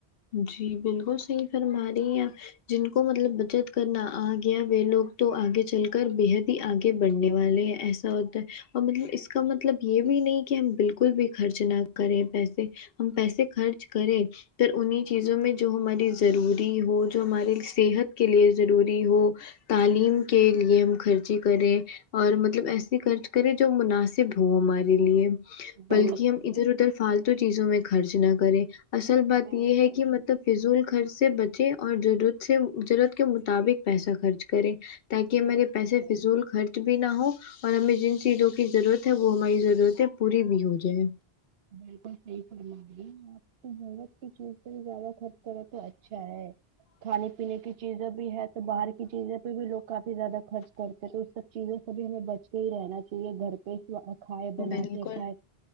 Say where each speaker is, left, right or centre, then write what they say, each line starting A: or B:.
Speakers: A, on the left; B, on the right.
A: جی بالکل صحیح فرما رہی آپ جن کو مطلب بچت کرنا آ گیا وہ لوگ تو آگے چل کر بےحد ہی آگے بڑھنے والے ہیں ایسے ایسا ہوتا ہے اور مطلب اس کا مطلب یہ بھی نہیں کہ ہم بالکل بھی خرچ نہ کریں پیسے ہم پیسے خرچ کریں پھر انہیں چیزوں میں جو ہماری ضروری ہو جو ہمارے صحت کے لیے ضروری ہو تعلیم کے لیے ہم خرچی کریں اور مطلب ایسے خرچ کرے جو مناسب ہو ہمارے لیے
B: بالکل
A: بلکہ ہم ادھر ادھر فالتو چیزوں میں خرچ نہ کرے اصل بات
B: بالکل
A: یہ ہے کہ مطلب فضول خرچ سے بچے اور ضرورت سے ضرورت کے مطابق پیسہ خرچ کرے تاکہ
B: بالکل
A: میرے پیسے فضول خر چ بھی نہ ہو اور ہمیں جن چیزوں کی ضرورت ہے وہ ہماری ضرورتیں پوری بھی ہو جائے
B: بالکل صحیح فرما رہی آپ کی ضرورت کی چیز زیادہ خرچ کرو تو اچھا ہے کھانے پینے کی چیزیں بھی ہے تو باہر کی چیزیں پہ بھی لوگ کافی زیادہ خرچ کرتے ہیں تو اس سب چیزوں سے بھی ہمیں بچ کے ہی رہنا چاہیے گھر پہ کھائے بنا
A: بالکل
B: کے کھائے